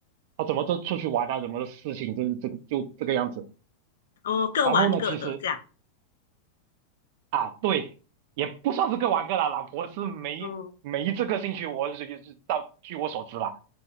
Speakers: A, on the right; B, on the left.
A: 他怎么就出去玩啊，怎么的事情就是这个就这个样子。
B: 哦，各玩各的这样。
A: 然后呢，其实啊，对。也不算是各玩各啦，老婆是没没这个兴趣，
B: 哦
A: 我是是到据我所知啦。